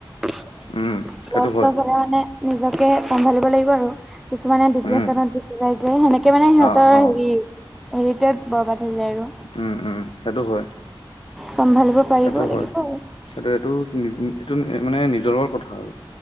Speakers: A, in the centre; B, on the left (about 85°).
A: লছ
B: উম সেইটো হয়
A: চচ হলে মানে নিজকে চম্ভালিব লাগিব আৰু, কিছুমানে ডিপ্ৰেচনত
B: উম
A: গুছি যায় যে সেনেকে মানে সিহঁতৰ
B: অ অ
A: হেৰি হেৰিটোৱে বৰবাদ হৈ যায় আৰু।
B: উম উম সেইটো হয়।
A: চম্ভালিব পাৰিব
B: সেইটো
A: লাগিব
B: হয়
A: আৰু
B: সেটো এইটো এইটো মানে নিজৰৰ কথা আৰু।